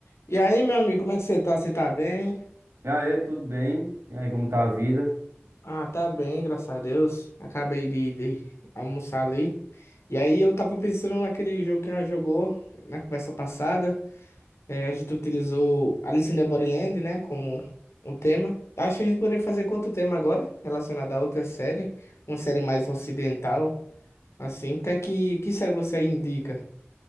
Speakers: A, on the left; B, on the right.
A: E aí, meu amigo, como é que você tá? Você tá bem?
B: E aí, tudo bem? E aí, como tá a vida?
A: Ah, tá bem, graças a Deus. Acabei de, de almoçar ali. E aí, eu tava pensando naquele jogo que nós jogou na conversa passada. É, a gente utilizou Alice in the Borderland, né, como um tema. Acho que a gente poderia fazer com outro tema agora, relacionado a outra série. Uma série mais ocidental, assim. Que, é que, que série você aí indica?